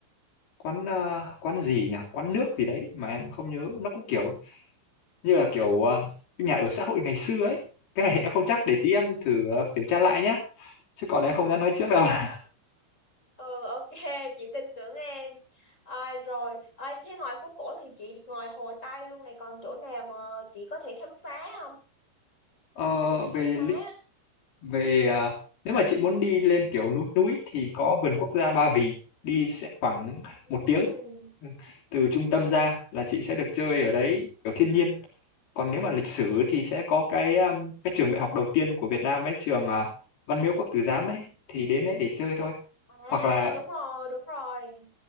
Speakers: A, on the left; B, on the left.
A: quán à, quán gì nhỉ quán nước gì đấy mà em không nhớ nó cũng kiểu như là kiểu à, cái nhà ở xã hội ngày xưa ấy cái này em không chắc để tí em thử à, kiểm tra lại nhá chứ còn em không dám nói
B: ok.
A: trước đâu <laughs>
B: Ừ ok chị tin tưởng em à, rồi à, thế ngoài phố cổ thì chị ngoài Hồ Tây luôn này còn chỗ nào mà chị có thể khám phá không
A: Ờ,
B: chị muốn đi
A: về
B: khám phá
A: lịch về à, nếu mà chị muốn đi lên kiểu núi núi thì có vườn quốc gia Ba Vì đi sẽ khoảng
B: ừ.
A: một tiếng từ trung tâm ra là chị sẽ được chơi ở đấy kiểu thiên nhiên còn nếu mà lịch sử thì sẽ có cái um, cái trường đại học đầu tiên của Việt Nam ấy trường à, Văn Miếu Quốc Tử Giám ấy thì đến đấy để chơi thôi
B: à
A: hoặc là
B: đúng rồi đúng rồi